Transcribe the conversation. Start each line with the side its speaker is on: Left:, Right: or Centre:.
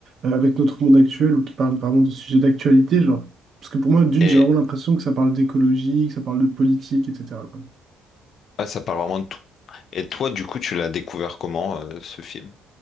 Right: euh, avec notre monde actuel ou qui parle vraiment de sujets d'actualité, genre. Parce que pour moi, Dune,
Left: Et
Right: j'ai vraiment l'impression que ça parle d'écologie, que ça parle de politique, etc. quoi.
Left: ouais, ça parle vraiment de tout. Et toi, du coup, tu l'as découvert comment euh, ce film?